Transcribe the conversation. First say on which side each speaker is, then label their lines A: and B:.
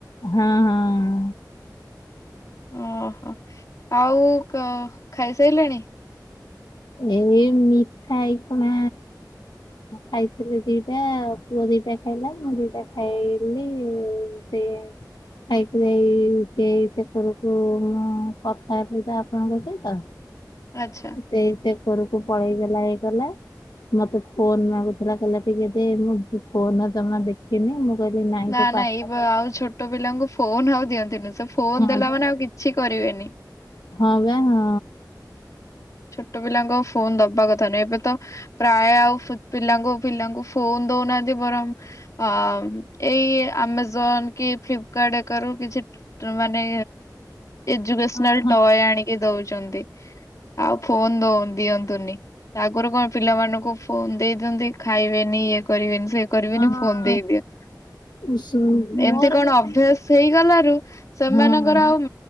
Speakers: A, on the left; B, on the left.
A: ହଁ ହଁ।
B: ଓହୋ ଆଉ ଖାଇସାରିଲାଣି?
A: ଏଇ ମିଠା ଏଇକଣା ଖାଇଥିଲେ ଦିଟା ଆ ପୁଅ ଦିଟା ଖାଇଲା ମୁଁ ଦିଟା ଖାଇଲି ସେ ଖାଇକି ଦେଇ ସେଇ ସେକରକୁ ମୁଁ କଥା ହେ ଆପଣଙ୍କ ସହିତ
B: ଆଚ୍ଛା
A: ସେଇତେ ଏକରକୁ ପଳେଇଗଲା ହେଇକଲା। ମତେ ଫୋନ୍‌ ମାଗୁଥିଲା କହିଲେ ଟିକେ ଦେ ମୁଁ ଫୋନ ଜମା ଦେଖ ଖିନି ମୁଁ କହିଲି ନାଇଁ
B: ନା
A: ତୁ ପାଠ
B: ନା ଏଇ ବ
A: ପ
B: ଆଉ ଛୋଟ ପିଲାଙ୍କୁ ଫୋନ ଆଉ ଦିଅନ୍ତୁନି ସେ ଫୋନ
A: ହଁ
B: ଦେଲା
A: ବା
B: ମାନେ ଆଉ କିଛି କରିବେନି।
A: ହଁ ବା ହଁ।
B: ଛୋଟ ପିଲାଙ୍କୁ ଆଉ ଫୋନ୍‌ ଦବା କଥା ନହିଁ ଏବେ ତ ପ୍ରାୟ ଆଉ ପିଲାଙ୍କୁ ପିଲାଙ୍କୁ ଫୋନ ଦଉନାହାନ୍ତି ବରଂ ହଁ ଏଇ ଆମଜନ କି ଫ୍ଲିପକାର୍ଟ ଏକାରୁ କିଛି ମାନେ ଏଜୁକସନାଲ
A: ହଁ
B: ଟୟ ଆଣିକି ଦଉଛନ୍ତି। ଆଉ ଫୋନ ଦଉ ଦିଅନ୍ତୁନି। ଆଗରୁ କଣ ପିଲାମାନଙ୍କୁ ଫୋନ୍ ଦେଇ ଦିଅନ୍ତି। ଖାଇବେନି ଇଏ କରିବେନି ସି କରିବେନି
A: ହଁ
B: ଫୋନ ଦେଇଦିଅନ୍ତି।
A: ହଁ ମୋର
B: ଏମିତି କଣ
A: ତ ମାନେ
B: ଅଭ୍ୟାସ ହେଇଗଲାରୁ। ସେମାନଙ୍କର
A: ହଁ।
B: ଆଉ